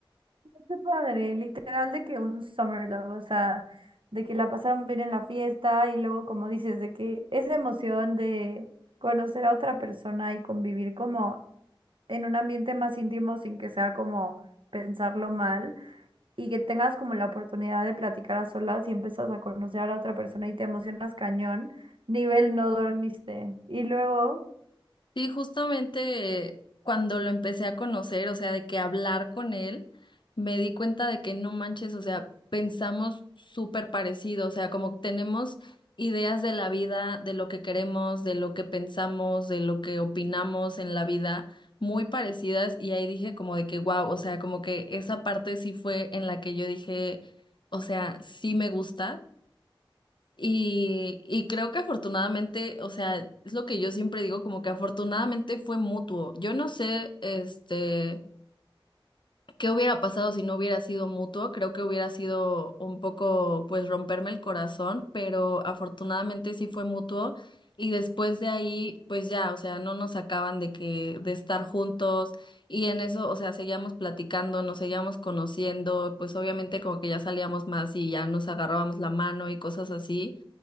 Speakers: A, on the right (about 65°); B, on the left (about 60°).
A: qué padre. Literal de que un summer love, o sea, de que la pasaron bien en la fiesta y luego, como dices, de que esa emoción de conocer a otra persona y convivir como en un ambiente más íntimo sin que sea como pensarlo mal y que tengas como la oportunidad de platicar a solas y empiezas a conocer a la otra persona y te emocionas cañón, nivel no dormiste. Y luego,
B: Sí, justamente eh, cuando lo empecé a conocer, o sea, de que hablar con él, me di cuenta de que no manches, o sea, pensamos súper parecido, o sea, como tenemos ideas de la vida, de lo que queremos, de lo que pensamos, de lo que opinamos en la vida, muy parecidas, y ahí dije como de que, wow, o sea, como que esa parte sí fue en la que yo dije, o sea, sí me gusta. Y, y creo que afortunadamente, o sea, es lo que yo siempre digo, como que afortunadamente fue mutuo. Yo no sé, este, qué hubiera pasado si no hubiera sido mutuo. Creo que hubiera sido un poco, pues, romperme el corazón, pero afortunadamente sí fue mutuo. Y después de ahí, pues ya, o sea, no nos sacaban de que, de estar juntos. Y en eso, o sea, seguíamos platicando, nos seguíamos conociendo, pues obviamente como que ya salíamos más y ya nos agarrábamos la mano y cosas así.